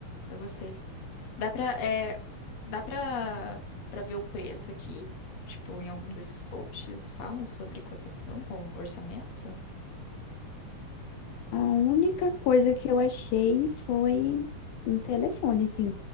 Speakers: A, on the left; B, on the left.
A: Eu gostei. Dá pra, é, dá pra, pra ver o preço aqui? Tipo, em algum desses posts fala sobre cotação com orçamento?
B: A única coisa que eu achei foi um telefone, assim.